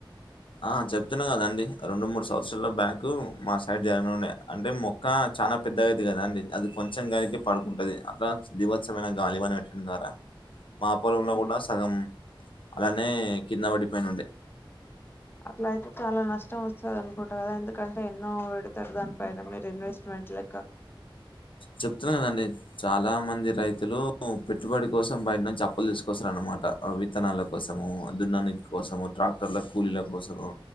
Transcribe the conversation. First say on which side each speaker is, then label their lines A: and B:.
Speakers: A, on the left; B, on the left.
A: ఆ చెప్తున్నా కదండి రెండు మూడు సంవత్సరాాల బ్యాకు మా సైడ్ జరగండే అంటే మొక్క చాలా పెద్దగాయిద్ధి కదా అండి అది వచ్చిన గాలికి పడుకుంటది. అట్లా దీవత్సమైన గాలి వానలికి గన్ గాదా మా పొలంలో
B: హ్మ్.
A: కూడా సగం అలానే కింద వడి పైనుండే
B: అట్లా అయితే చాలా నష్టం వస్తుంది అనుకుంటు కదా ఎందుకంటే ఎన్నో పెడతారు దానిపైన మీరు ఇన్వెస్ట్మెంట్. అట్లక్క
A: చెప్తున్నా కదండి చాలా మంది రైతులు పెట్టుబడి కోసం బయట నుంచి అప్పులు తీసుకు కోసరు అనమాట విత్తనాల కోసము దున్నన్ని కోసము ట్రాక్టర్ల కూలీల కోసము